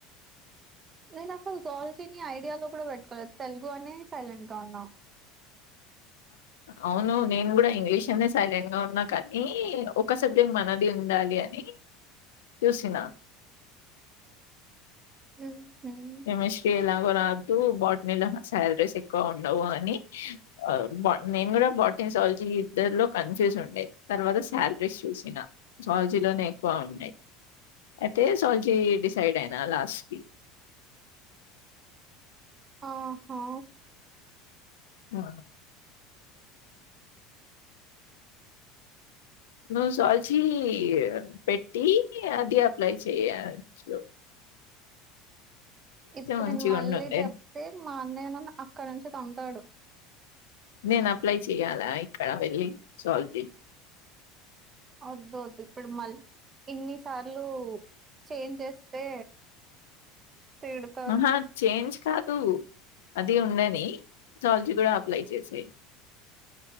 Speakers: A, on the right (about 30°); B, on the left (about 85°).
A: నేను అసలు సాల్వ్ చేయని ఐడియాలో కూడా పెట్టుకోలేదు తెలుగు అనే సైలెంట్గా ఉన్నా
B: అవును నేను కూడా ఇంగ్లీష్ అనే సైలెంట్ గా ఉన్నా కానీ ఒక సబ్జెక్ట్ మన అది ఉండాలి అని చూసినా
A: <unintelligible> ఉహు.
B: కెమిస్ట్రీ ఎలాగో రాద్దు బాటినీలో శాలరీస్ ఎక్కువ ఉండవు అని బ నేను కూడా బాటని సాలజీ ఇద్దరు లో కన్ఫ్యూజ్ ఉండే తర్వాత శాలరీస్ చూసిన సాలజీలోనే ఎక్కువ ఉన్నాయి అయితే సాలజీ డిసైడ్ అయినా లాస్ట్ కి
A: ఆహా
B: ఆ ను సాలజీ పెట్టి అది అప్లై చేయఛు
A: ఇప్పుడు
B: మంచిగా
A: నేను మళ్ళీ
B: ఉండుండే
A: చెప్తే మా అన్నయ నన్ను అక్కడి నుంచి తన్ తాడు
B: నేను అప్లై చెయ్యాలా ఇక్కడ వెళ్ళి సల్వ్ జి
A: వద్దు వద్దు ఇప్పుడు మల్ ఇన్ని సార్లు చేంజ్ చేస్తే తిడతారు.
B: ఆహా చేంజ్ కాదు అది ఉన్నది <unintelligible> కూడా చేసేయ్